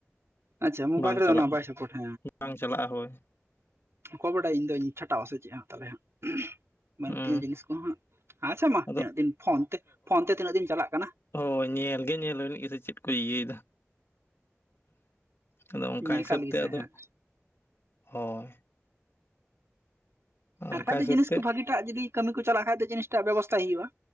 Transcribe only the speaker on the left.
ᱵᱟᱝ
ᱪᱟᱞᱟᱜᱼᱟ
ᱵᱟᱝ ᱪᱟᱞᱟᱜᱼᱟ ᱦᱳᱭ
ᱦᱩᱸ
ᱟᱫᱚ
ᱦᱳ ᱧᱮᱞ ᱜᱮ ᱧᱮᱞ ᱜᱮᱥᱮ ᱪᱮᱫ ᱠᱚ ᱤᱭᱟᱹᱭ ᱮᱫᱟ ᱟᱫᱚ ᱚᱱᱠᱟ
ᱦᱤᱥᱟᱹᱵ
ᱛᱮ
ᱟᱫᱚ
ᱦᱳᱭ ᱚᱱᱠᱟ
ᱦᱤᱥᱟᱹᱵ
ᱛᱮ